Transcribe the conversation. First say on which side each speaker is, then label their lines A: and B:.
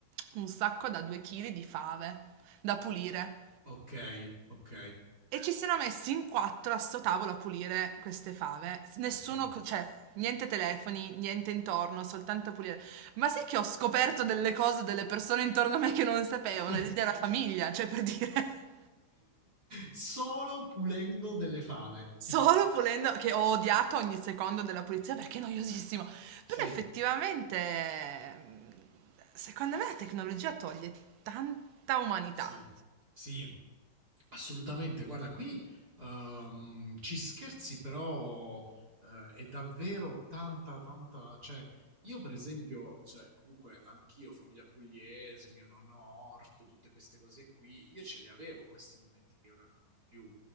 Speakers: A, on the right (about 80°); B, on the right (about 25°).
A: un sacco da 2 chili di fave da pulire.
B: ok, ok,
A: E ci siano messi in 4 a 'sto tavolo a pulire queste fave. S nessuno
B: ok.
A: co cioè, niente telefoni, niente intorno, soltanto a pulire. Ma sai che ho scoperto delle cose, delle persone intorno a me che non sapevano
B: <laughs>
A: ed era famiglia, cioè per dire. <laughs>
B: Solo pulendo delle fave.
A: Solo pulendo che ho odiato ogni secondo della pulizia perché è noiosissimo.
B: Sì,
A: Però effettivamente, mhmm, secondo me la tecnologia toglie tanta umanità.
B: Sì, sì, assolutamente. Guarda, qui ehm, ci scherzi, però eh, è davvero tanta, tanta. Cioè, io per esempio, cioè, comunque anch'io, famiglia pugliese, mio nonno Orto, tutte queste cose qui, io ce le avevo questi momenti che ora non ho più.